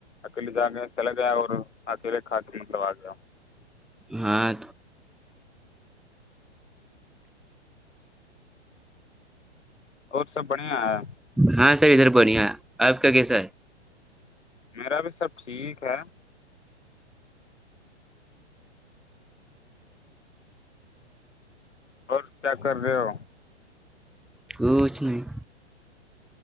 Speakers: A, on the left; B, in the centre.
A: اکیلے جاگے چلا گیا اور اکیلے کات مطلب آ گیا
B: ہاں
A: اور سب بڑھیا ہے
B: ہاں سر ادھر بنیا آپ کا کیسا ہے
A: میرا بھی سب ٹھیک ہے اور کیا کر رہے ہو
B: کچ نہیں